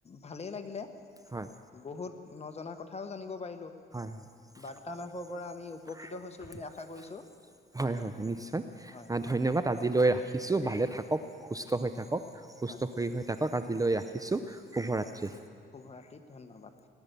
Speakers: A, on the left; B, on the right.
A: ভালেই লাগিলে।
B: হয়
A: বহুত নজনা কথাও জানিব পাৰিলো
B: -
A: বাৰ্তালাপৰ পৰা আমি উপকৃত হৈছো বুলি আশা কৰিছো
B: হয় - হয় নিশ্চয়
A: হয়
B: ধন্যবাদ আজিলৈ কিছু ভালে থাকক সুস্থ হৈ থাক থাকক সুস্থ
A: হয়
B: হৈ হৈ থাকক আজ আজিলৈ ৰাখিছো শুভৰাত্ৰি।
A: শুভৰাত্ৰি ধন্যবাদ।